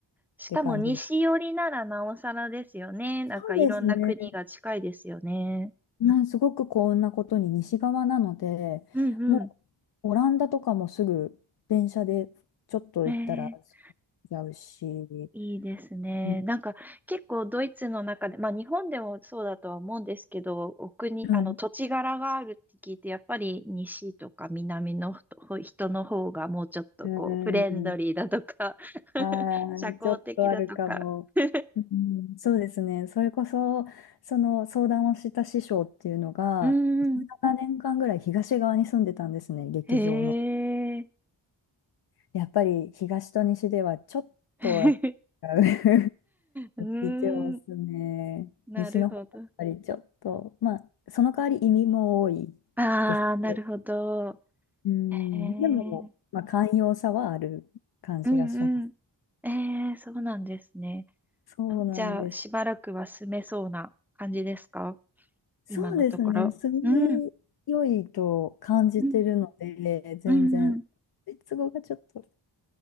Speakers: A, in the centre; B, on the left.
A: しかも西寄りならなおさらですよね。
B: て感じで。
A: なんかいろんな国が近いですよね。
B: そうですね。なんすごく幸運なことに西側なので、
A: うんうん。
B: もうオランダとかもすぐ電車でちょっと行ったら着
A: ええ
B: いちゃうし、
A: いいですね。
B: うん
A: なんか結構ドイツの中で、まあ日本でもそうだとは思うんですけど、お国、
B: はい。
A: あの土地柄があるって聞いて、やっぱり西とか南のほ人の方がもうちょっとこうフレンドリーだとか
B: うん。
A: <laughs>
B: ああ、
A: 社交的だとか
B: ちょっとあるかも。
A: <laughs> う
B: うん、そうですね。それこそ、その相談をした師匠っていうのが、
A: ーん。
B: 17年間ぐらい東側に住んでたんですね、劇場の。
A: へえ。
B: やっぱり東と西ではちょっとやっぱ
A: <laughs>
B: <laughs>
A: うーん。
B: 似てますね。
A: なるほど。
B: 西の方がやっぱりちょっと、まあ、その代わり移民も多い
A: ああ、
B: ですけど。
A: なるほど。
B: うん、
A: へえ。
B: でも、まあ、寛容さはある感じがします。
A: うんうん。ええ、そうなんですね。
B: そうなんです。
A: あじゃあ、しばらくは住めそうな感じですか
B: そうですね。
A: 今のところ。
B: 住みよいと感じてるので、
A: うん。うん。
B: 全然、
A: うん。うん。
B: ドイツ語がちょっと